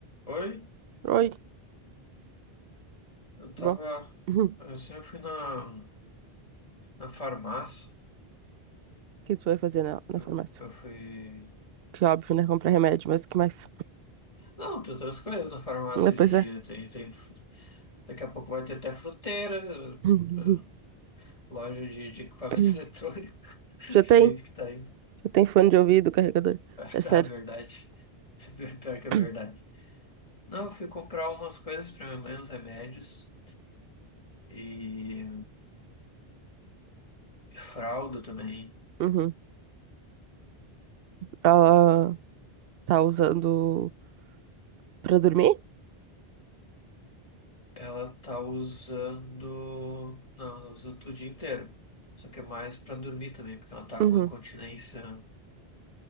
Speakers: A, on the left; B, on the right.
A: Oi,
B: Oi, tudo
A: eu tava.
B: bom? Uhum. O
A: Assim, eu fui na, na farmácia.
B: que tu vai fazer na, na
A: Eu,
B: farmácia?
A: co- eu fui.
B: Que óbvio, né? Comprar remédio, mas o que mais?
A: Não, tem outras coisas na farmácia
B: Ah, pois
A: hoje em dia.
B: é.
A: Tem, tem, fru- daqui a pouco vai ter até fruteira,
B: <laughs>
A: eh, eh, loja de, de equipamento
B: Uhum.
A: <laughs> eletrônico.
B: Já
A: Do jeito
B: tem?
A: que tá indo.
B: Já tem fone de ouvido, carregador.
A: Ah,
B: É sério.
A: Tá, verdade. <laughs> Pior que é verdade.
B: <clears throat>
A: Não, eu fui comprar umas coisas pra minha mãe, uns remédios. E, e fralda também.
B: Uhum. Ela tá usando pra dormir?
A: Ela tá usando. Não, ela usa o dia inteiro. Só que é mais pra dormir também, porque ela tá
B: Uhum,
A: com incontinência.